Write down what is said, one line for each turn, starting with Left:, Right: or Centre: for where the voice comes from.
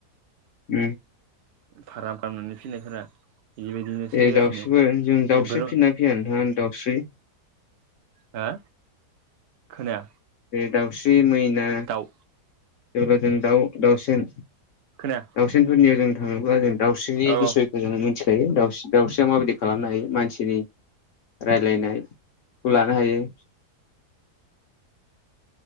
Left: उ
Right: फाराम खालामामनानै फिनायफोरा बेबायदिनो सोलिगासिनो
Left: ए दाउस्रिबो जों दाउस्रि
Right: बेफोर
Left: फिनना फैया नोंथाङा दाउस्रि
Right: हा खोनाया
Left: दावसि्रि मैना
Right: दाउ
Left: जेब्ला जों दाउ दाउसेन दाउसेनफोरनियाव
Right: खोनाया
Left: जों थाङोब्ला जों दाउस्रिनि
Right: औ
Left: बिसयखौ जों मिथिखायो दाउस दाउस्रिया माबायदि खालामनो हायो मानसिनि रायलायनायखौ लानो हायो
Right: ज